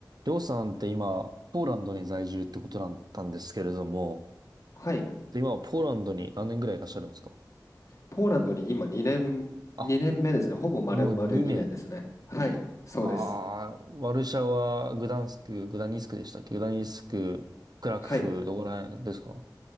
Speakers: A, on the right (about 60°); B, on the left (about 45°).
A: りょうさんって今、ポーランドに在住ってことだったんですけれども、
B: はい。
A: で今はポーランドに何年ぐらいいらっしゃるんですか
B: ポーランドに今2年、
A: あ、
B: 2年目ですね。ほぼ丸々2年ですね。
A: もう2年。
B: はい。そうです。
A: ああ、ワルシャワ、グダンスク、グダニスクでしたっけグダニスク、クラクフ、
B: はい。
A: どこら辺ですか